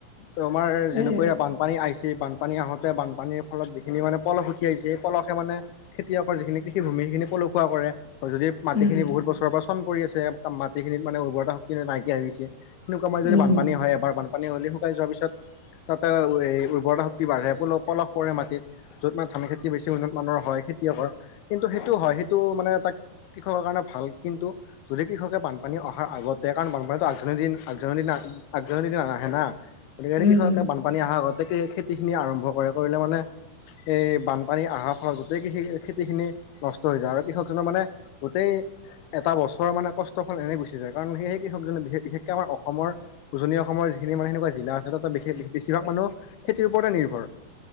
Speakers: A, on the left (about 80°); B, on the left (about 40°).
A: তোমাৰ যেনেকৈ
B: এই
A: এয়া বান বানপানী আইছি বানপানী আহোঁতে বানপানীৰ ফলত যিখিনি মানে পলস উঠি আহিছে, সেই পলসে মানে খেতিয়কৰ যিখিনি কৃষিভূমি সেইখিনি পলসুৱা কৰে। যদি মাটিখিনি
B: উম
A: বহুত বছৰৰ পৰা চন পৰি আছে, মাটিখিনিত মানে উৰ্বৰতা শক্তি নাইকিয়া হৈ গৈছে। সেনেকুৱা মই
B: উম
A: বানপানী হয় এবাৰ, বানপান হ'লে শুকাই যোৱাৰ পিছত তাতে উৰ্বৰতা শক্তি বাঢ়ে, পল-পলস পৰে মাটিত। য'ত মানে ধান খেতি বেছি উন্নত মানৰ হয় খেতিয়কৰ। কিন্তু সেইটো হয় সেইটো মানে এটা কৃষকৰ কাৰণে ভাল কিন্তু যদি কৃষকে বানপানী অহাৰ আগতে কাৰণ, বানপানীতো আগজাননী দিন আগজাননী আগজানহী দিহে না, গতিকে
B: উম উম
A: কৃষকে
B: উম উম
A: অহাৰ আগতে খেতিখিনি আৰম্ভ কৰে, কৰিলে মানে এই বানপানী আহাৰ ফলত গোটেই কৃষি খেতিখিনি নষ্ট হৈ যায় আৰু কৃষকজনৰ মানে গোটেই এটা বছৰৰ মানে কষ্টৰফল এনেই গুচি যায় কাৰণ, সেই সেইকৃষকজনে বিশ-বিশেষকে আমাৰ অসমৰ উজনি অসমৰ যিখিনি মানে সেনেকুৱা জিলা আছে, তাতে বেছিভাগ মানুহ খেতিৰ ওপৰতে নিৰ্ভৰ।